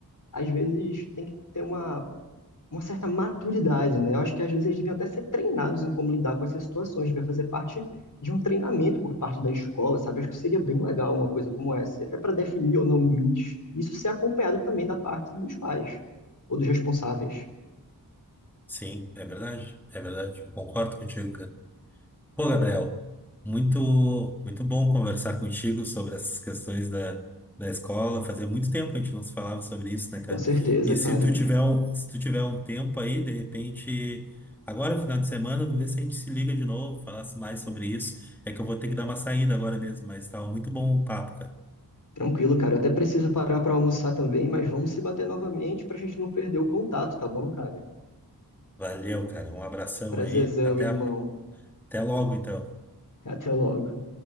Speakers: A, on the left; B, in the centre.
A: às vezes, têm que ter uma, uma certa maturidade, né? Eu acho que, às vezes, eles deviam até ser treinados em como lidar com essas situações, devia fazer parte de um treinamento por parte da escola, sabe? acho que seria bem legal uma coisa como essa, até para definir ou não limites. Isso ser acompanhado também da parte dos pais ou dos responsáveis.
B: Sim, é verdade. É verdade. Concordo contigo, cara. Pô, Gabriel, muito, muito bom conversar contigo sobre essas questões da, da escola. Fazia muito tempo que a gente não se falava sobre isso, né, cara?
A: Com certeza,
B: E se
A: cara.
B: tu tiver um, se tu tiver um tempo aí, de repente, agora, final de semana, eu vou ver se a gente se liga de novo, falasse mais sobre isso. É que eu vou ter que dar uma saída agora mesmo, mas estava muito bom o papo, cara.
A: Tranquilo, cara. Eu até preciso parar pra almoçar também, mas vamos se bater novamente pra gente não perder o contato, tá bom, cara?
B: Valeu, cara. Um abração
A: Prazerzão,
B: aí. Até,
A: irmão.
B: a- até logo, então.
A: Até logo.